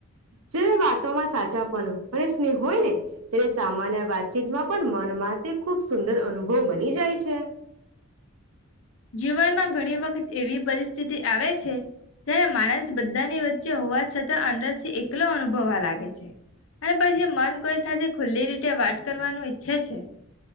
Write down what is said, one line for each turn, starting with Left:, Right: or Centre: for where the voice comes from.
Right: જે વાતોમાં સાચાપનો અને સ્નેહ હોય ને ત્યારે સામાન્ય વાતચીતમાં પણ મનમાં તે ખુબ સુંદર અનુભવ બની જાય છે.
Left: જીવનમાં ઘણી વખત એવી પરિસ્થિતિ આવે છે જયારે માણસ બધાની વચ્ચ ચ્ચ હોવા છતાં અંંદર થી એકલો અનુભવા લાગે છે. અને પછી મન કોઈ સાથે ખુલ્લી રીતે વાત કરવાનું ઈચ્છે છે.